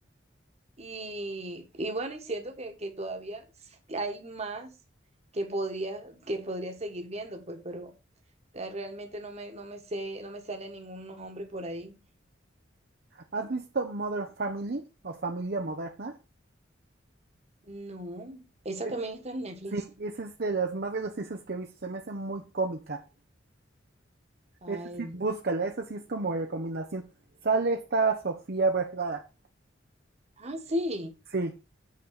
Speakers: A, on the right; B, on the right.
A: y, y bueno, y siento que, que todavía hay más que podría, que podría seguir viendo, pues, pero eh, realmente no me, no me sé, no me sale ningún nombre por ahí.
B: ¿Has visto Modern Family o Familia Moderna?
A: No, esa
B: Es-
A: también está en Netflix.
B: sí, esa es de las más graciosas que he visto. Se me hace muy cómica.
A: Ay,
B: Esa sí, búscala. Esa sí es como recomendación. Sale esta Sofía Vergara.
A: ah, sí,
B: Sí,